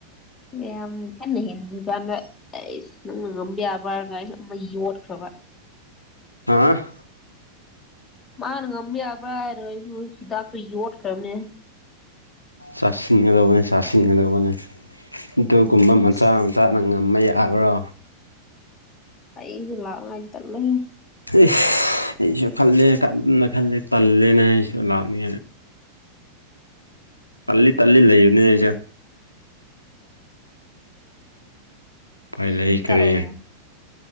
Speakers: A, on the left (about 15°); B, on the left (about 80°).
A: ꯌꯥꯝ <unintelligible> ꯍꯤꯟꯗꯤ ꯀꯟꯗꯥ ꯑꯩꯁ ꯅꯪꯅ ꯉꯝꯕ ꯌꯥꯕ꯭ꯔꯥ ꯍꯥꯢꯔꯒ ꯑꯃ ꯌꯣꯠꯈ꯭ꯔꯕ
B: ꯍꯥ
A: ꯃꯥꯅ ꯉꯝꯕ ꯌꯥꯕ꯭ꯔꯥ ꯍꯥꯏꯔ ꯑꯩꯅ ꯍꯤꯗꯥꯛꯇꯨ ꯌꯣꯠꯈ꯭ꯔꯕꯅꯦ
B: ꯆꯥꯁꯤꯟꯒꯗꯧꯕꯅꯤ ꯆꯥꯁꯤꯟꯒꯗꯧꯕꯅꯤ ꯑꯗꯨꯒꯨꯝꯕ ꯃꯆꯥ
A: ꯑꯁ
B: ꯃꯆꯥꯅ ꯉꯝꯃ ꯌꯥ ꯇꯥꯕ꯭ꯔꯣ
A: ꯑꯩꯒꯤ <unintelligible>
B: ꯍꯦꯁ ꯑꯩꯁꯨ ꯈꯜꯂꯦ ꯀꯅ ꯈꯜꯂꯦ ꯇꯜꯂꯦꯅꯦ ꯑꯩꯁꯨ ꯂꯥꯛꯅꯤ ꯄꯜꯂꯤ ꯇꯜꯂꯤ ꯂꯩꯕꯅꯦ ꯑꯩꯁꯦ ꯎꯄꯥꯏ
A: ꯈꯣꯏꯏꯔꯤꯇꯛꯏ
B: ꯂꯩꯈ꯭ꯔꯦ